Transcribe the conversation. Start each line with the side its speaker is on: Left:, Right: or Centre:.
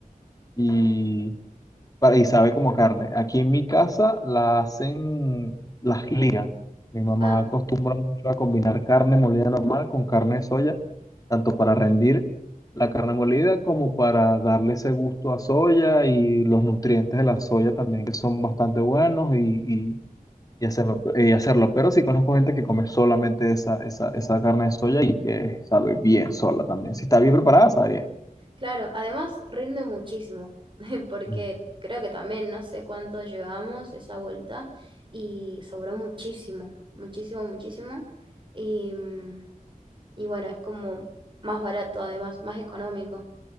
Left: y, para- y sabe como carne. Aquí en mi casa la hacen, las ligan. Mi mamá
Right: ah
Left: acostumbra mucho a combinar carne molida normal con carne de soya, tanto para rendir la carne molida como para darle ese gusto a soya y los nutrientes de la soya también que son bastante buenos y, y- y hacerlo, y hacerlo. Pero sí conozco gente que come solamente esa, esa, esa carne de soya y que sabe bien sola también. Si está bien preparada, sabe bien.
Right: Claro, además rinde muchísimo, <laughs> porque
Left: Mm.
Right: creo que también no sé cuánto llevamos esa vuelta y sobró muchísimo, muchísimo, muchísimo. Y, mm, y bueno, es como más barato además, más económico.